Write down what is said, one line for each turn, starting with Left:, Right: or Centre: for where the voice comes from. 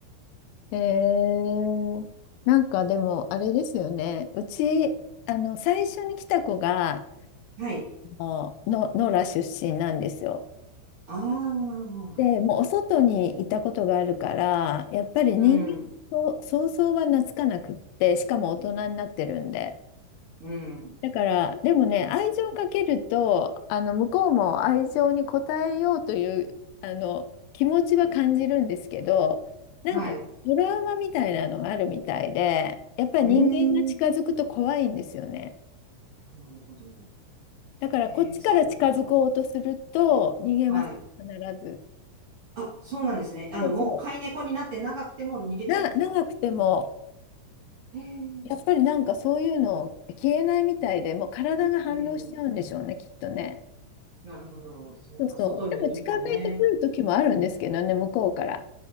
Left: えー、なんかでもあれですよね。うち、あの、最初に来た子が、
Right: はい。
Left: あの、の野良出身なんですよ。
Right: ああ、
Left: で、もうお外にいたことがあるから、やっぱり人間と想像が懐かなくって、
Right: うん、
Left: しかも大人になってるんで。
Right: うん、
Left: だから、でもね、愛情をかけると、あの、向こうも愛情に応えようという、あの、気持ちは感じるんですけど、なんか、
Right: はい。
Left: トラウマみたいなのがあるみたいで、やっぱり人間が近づくと怖いんですよね。
Right: うーん、なるほど。
Left: だから、
Right: ええ、
Left: こっちから近づこうとすると、
Right: そうなんだ。
Left: 逃げます、
Right: はい。
Left: 必ず。
Right: あ、そうなんですね。あの、
Left: そうそう。
Right: もう飼い猫になって長くても逃げちゃうんですか
Left: な、長くても、
Right: へえ、
Left: やっぱりなんかそういうの消えないみたいで、もう体が反応しちゃうんでしょうね、
Right: うん、
Left: きっとね。
Right: なるほど。そうか、
Left: そうそう。
Right: 外にいるとね。
Left: でも近づいてくる時もあるんですけどね、向こうから。